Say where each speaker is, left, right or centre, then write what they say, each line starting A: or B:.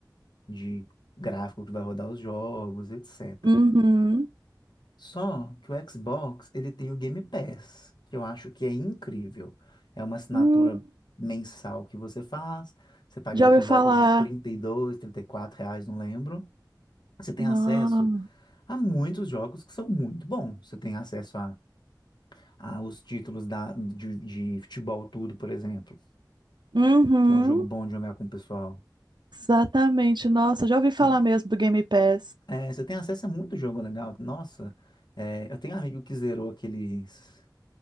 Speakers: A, on the left; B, on the right.
A: de gráfico que vai rodar os jogos, etc.
B: Uhum.
A: Só que o Xbox, ele tem o Game Pass, que eu acho que é incrível. É uma assinatura
B: Hum.
A: mensal que você faz, você paga
B: Já
A: ali
B: ouvi
A: por
B: falar.
A: volta de trinta trinta e dois trinta e quatro reais, não lembro. Você tem
B: Não.
A: acesso a muitos jogos que são muito bons. Você tem acesso a, a os títulos da, de, de futebol tudo, por exemplo,
B: Uhum.
A: que é um jogo bom de jogar com o pessoal.
B: Exatamente. Nossa, já ouvi falar
A: Você,
B: mesmo do Game Pass.
A: é, você tem acesso a muito jogo legal. Nossa, é, eu tenho um amigo que zerou aqueles.